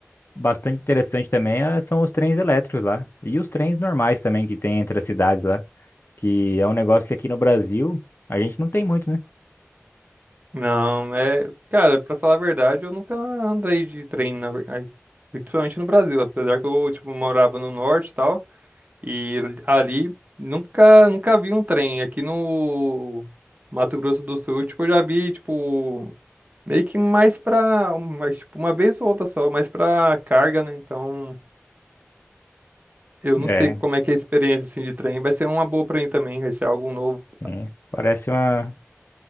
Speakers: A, on the left (about 55°); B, on the right (about 35°).
A: bastante interessante também eh, são os trens elétricos lá. E os trens normais também que tem entre as cidades lá. Que é um negócio que aqui no Brasil a gente não tem muito, né?
B: Não, é. Cara, pra falar a verdade, eu nunca andei de trem, na ver- ai, principalmente no Brasil. Apesar que eu, tipo, morava no norte e tal. E ali nunca, nunca vi um trem. Aqui no Mato Grosso do Sul, tipo, eu já vi, tipo, meio que mais pra. mais tipo, uma vez ou outra só, mais pra carga, né? Então, eu
A: É,
B: não sei como é que é a experiência assim, de trem. Vai ser uma boa pra mim também, vai ser algo novo.
A: sim. Parece uma,